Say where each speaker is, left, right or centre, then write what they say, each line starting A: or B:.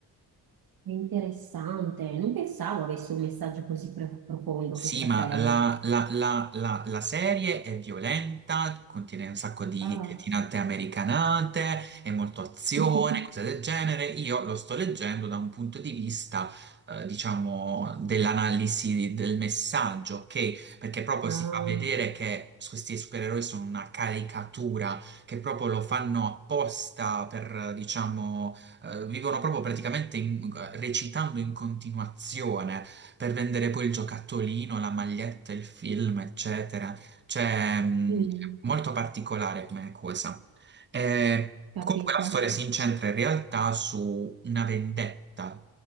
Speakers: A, on the right; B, on the right.
A: È interessante. Non pensavo avesse un messaggio così pre- profondo
B: Sì,
A: questa
B: ma
A: serie.
B: la, la- la- la- la serie è violenta, contiene un sacco di
A: Ah,
B: cretinate americanate, è molto azione,
A: <laughs>
B: cose del genere. Io lo sto leggendo da un punto di vista, eh, diciamo, dell'analisi del messaggio, ok? Perché proprio
A: Ah,
B: si fa vedere che questi supereroi sono una caricatura, che proprio lo fanno apposta per, eh, diciamo, eh, vivono proprio praticamente in- recitando in continuazione per vendere poi il giocattolino, la maglietta, il film, eccetera. Cioè, mh,
A: mm,
B: molto particolare come cosa. Eh,
A: capito.
B: comunque la storia si incentra in realtà su una vendetta.